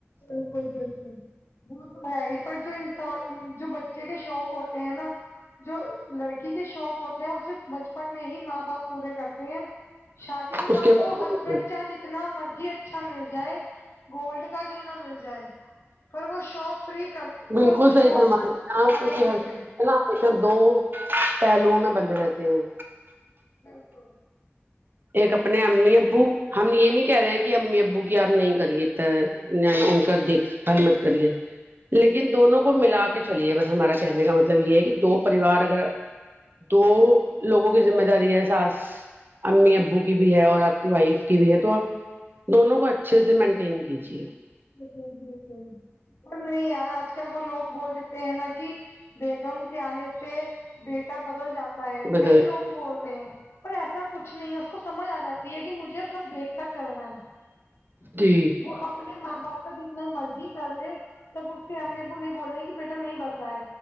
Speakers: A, on the left (about 70°); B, on the right (about 50°).
A: بالکل بالکل وہ تو ہے ہی پر جو انسان جو بچے کے شوق ہوتے ہیں نا جو لڑکی کے شوق ہوتے ہیں وہ صرف بچپن میں ہی ماں باپ پورے کرتے ہیں شادی کے بعد
B: اس
A: تو
B: بعد
A: ہسبینڈ چاہے جتنا مرضی اچھا مل جائے گولڈ کا کیوں نہ مل جائے پر وہ شوق پورے کر
B: بالکل
A: پر وہ
B: صحیح
A: شوق
B: فرما رہی ہیں آپ
A: نہیں
B: کیونکہ
A: ہوتے
B: ہسبینڈ نا ہمیشہ دو پہلوؤں میں بندھے رہتے ہیں
A: بالکل
B: ایک اپنے امی ابو ہم یہ نہیں کہہ رہے ہیں کہ امی ابو کی آپ نہیں کریے ان کا دیک حال مت کریے لیکن دونوں کو ملا کے چلیے بس ہمارا کہنے کا مطلب یہ ہے کہ دو پریوار اگر دو لوگوں کی ذمہ داری ہے ساس امی ابو کی بھی ہے اور آپ کی وائف کی بھی ہے تو آپ دونوں کو اچھے سے مینٹین کیجیے
A: بالکل بالکل پر نہیں یار آج کل وہ لوگ بول دیتے ہیں نا کہ بیگم کے آنے سے بیٹا بدل جاتا ہے
B: بدل
A: کئی لوگ بولتے ہیں پر ایسا کچھ نہیں ہے اس کو سمجھ آ جاتی ہے کہ مجھے سب دیکھ کر چلنا ہے
B: جی
A: وہ اپنے ماں باپ کا جتنا مرضی کر لے تب اس کے امی ابو نہیں بولے ہیں کہ بیٹا نہیں بدلا ہے